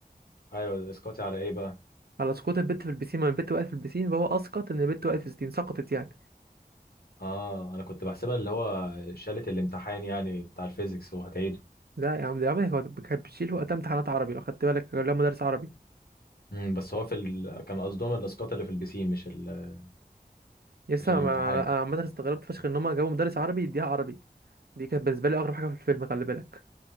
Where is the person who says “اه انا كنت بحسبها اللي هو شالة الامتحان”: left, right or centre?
Left